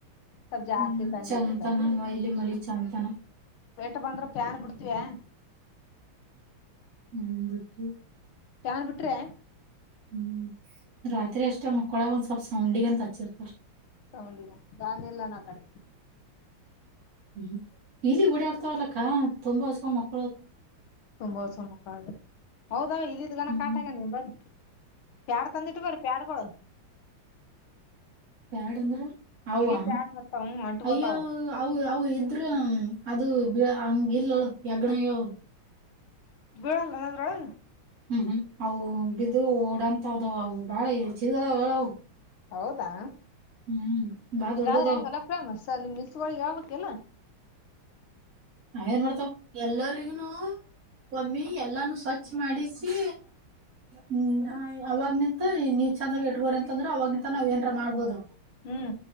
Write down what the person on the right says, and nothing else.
ಹ್ಮ್
ಚಂತನ
ವೈಲಿ ಮಳಿ ಚಂತನ
ಹ್ಮ್ ಬಿಟ್ಟಿ
ಹ್ಮ್ ರಾತ್ರಿ ಅಷ್ಟೇ ಮಕ್ಕೊಳಗ ಒಂದ್ ಸ್ವಲ್ಪ ಸೌಂಡಗ ಅಂತ ಹಚ್ಚಿರ್ತಾರ
ಹ್ಮ ಇಲ್ಲಿ ಓಡಾಡ್ತವಲ್ಲಕ್ಕ ತುಂಬಾ ಹಕೊ ಮಕ್
ಹ್ಮ್
ಪ್ಯಾಡ್ ಅಂದ್ರ ಹವಾ
ಅಯ್ಯೋ ಅ ಅವು ಇದ್ರ ಅದು ಬಿ ಇಲ್ಲೋ <unintelligible>
ಹ್ಮ್ ಹ್ಮ್ ಅವು ಬಿದ್ದು ಓಡಂತಾವದ ಅವು ಬಾಳ ಚಿದದ ಹೇಳವು
ಹ್ಮ್ ಬಾ
ದೊಡ್ಡದವ
ನಾವೇನ್ ಮಾಡ್ತಾವ ಎಲ್ಲರಿಗನು ಒಮ್ಮಿ ಎಲ್ಲಾನು ಸ್ವಚ್ಛ ಮಾಡಿಸಿ ಹ್ಮ ಅವಾಗ್ ನಿಂತ ನೀ ಚಂದಾಗ ಇಟ್ಬೋರಿ ಅಂದ್ರೆ ಅವವಾಗಿನಂತ ನಾವ್ಏನಾರ ಮಾಡಬಹದು